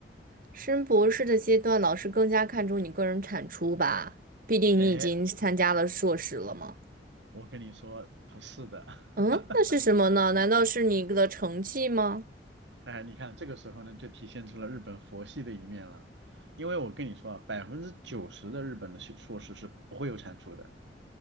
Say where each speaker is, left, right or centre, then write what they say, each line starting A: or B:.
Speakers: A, on the right; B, on the right.
A: 升博士的阶段，老师更加看重你个人产出吧，
B: 嗯
A: 毕竟你已经参加了硕士了嘛。
B: 哎，我跟你说，不是的。
A: 嗯，
B: <laughs>
A: 那是什么呢？难道是你的成绩吗？
B: 哎，你看这个时候呢，就体现出了日本佛系的一面了。因为我跟你说啊，百分之九十的日本的学硕士是不会有产出的。